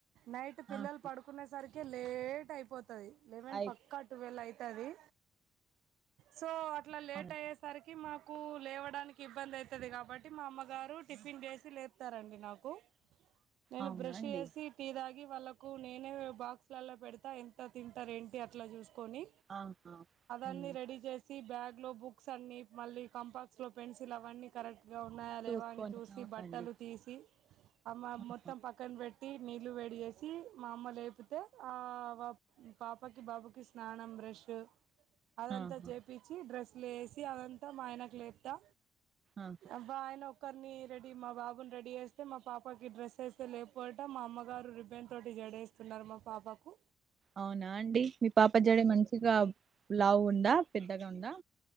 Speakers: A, on the right; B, on the right.
A: నైట్ పిల్లలు
B: ఆహా
A: పడుకునే సరికి లేట్ అయిపోతది లెవెన్
B: అయి
A: పక్కా టువెల్ అయి తది సో అట్లా లేట్
B: అవును
A: అయ్యేసరికి మాక్ కు లేవడానికి ఇబ్బంది అయితది కాబట్టి మా అమ్మగారు టిఫిన్ చేసి లేపుతారండి నాకు నేను
B: అవునా
A: బ్రష్
B: అండి
A: చేసి టీ తాగి తీసి వాళ్లకు నేనే బాక్స్ లలో పెడతా ఎంత తింటారు ఏంటి అట్లా చూస్ కొని
B: ఆహా
A: అవన్నీ
B: హ్మ్
A: రెడీ చేసి బాగ్ లో బుక్స్ అన్ని మళ్ళీ కంపాక్స్ లో పెన్సిల్ అవన్నీ కరెక్ట్ గా ఉన్నాయా లేవా
B: చూసుకొని
A: అని చూసి
B: అవునండి
A: బట్టలు తీసి అమ్మ
B: ఆహా
A: మొత్తం పక్కన పెట్ టి నీళ్లు వడి చేసి మా అమ్మ లేపోతే ఆ పాప్ పాపకి బాబుకి స్నానం బ్రష్ అదంతా
B: ఆహా
A: చేపిచ్చి డ్రెస్సులు వేసి అదంతా మా ఆయనకు లేపుతా
B: ఆహా
A: అబా ఆయన ఒక్కరిని రెడీ మా బాబును రెడీ చేస్తే మా పాపకి డ్రెస్ వేస్తే లేపు అంట మా అమ్మగారు రిబెన్ తోటి జడేస్తుంది ఉన్నారు మా పాపాకు
B: అవునా అండి మీ పాప జడ మంచిగా లావు ఉందా పెద్దగా ఉందా